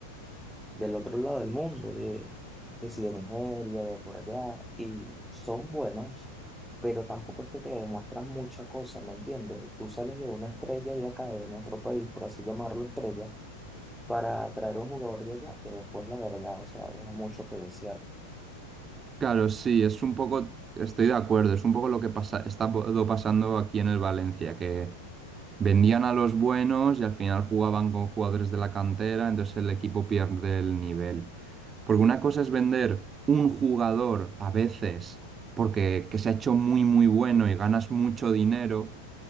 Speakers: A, in the centre; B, on the right.
A: del otro lado del mundo, de, de si de Nigeria, de por allá, y son buenos, pero tampoco es que te demuestran mucha cosa, ¿me entiendes? Tú sales de una estrella de acá, de nuestro país, por así llamarlo estrella, para traer un jugador de allá, que después la verdad, o sea, deja mucho que desear.
B: Claro, sí, es un poco, estoy de acuerdo, es un poco lo que pasa, está po- pasando aquí en el Valencia, que Vendían a los buenos y al final jugaban con jugadores de la cantera, entonces el equipo pierde el nivel. Porque una cosa es vender un jugador a veces porque que se ha hecho muy muy bueno y ganas mucho dinero,